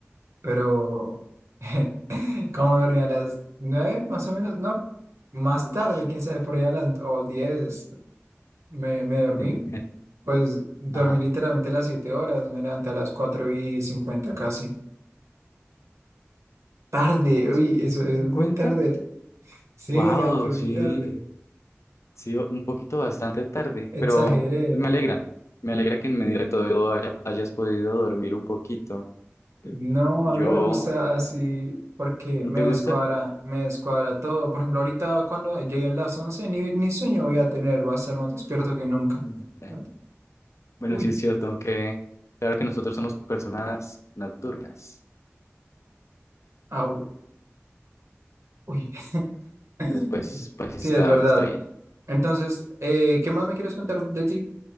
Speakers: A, on the right (about 75°); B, on the left (about 75°).
A: pero, <laughs> cómo me dormí a las nueve más o menos, no, más
B: Uy.
A: tarde, quién sabe, por allá a las o diez me, me dormí.
B: Sí.
A: Pues dormí
B: Ajá.
A: literalmente las 7 horas, me levanté a las 4 y 50 casi. Tarde,
B: A las
A: uy,
B: cuatro
A: eso,
B: y
A: eso
B: cincuenta.
A: es muy tarde. Sí,
B: Wow,
A: me levanté muy
B: sí.
A: tarde.
B: Sí, un poquito bastante tarde,
A: Exageré.
B: pero pues, me alegra. Me alegra que en medio de todo haya- hayas podido dormir un poquito. Sí.
A: No,
B: Yo,
A: a mí no me gusta así porque
B: ¿no
A: me
B: te gusta?
A: descuadra, me descuadra todo. Por ejemplo, ahorita cuando lleguen las 11 ni, ni sueño voy a tener, va a estar más despierto que nunca.
B: Mm. Eh,
A: Ah,
B: Bueno,
A: Uy,
B: sí es cierto, aunque claro que nosotros somos personas nocturnas.
A: au, uy. <laughs>
B: Después, pues pues,
A: Sí,
B: está,
A: es verdad.
B: está bien.
A: Entonces, eh, ¿qué más me quieres contar de ti?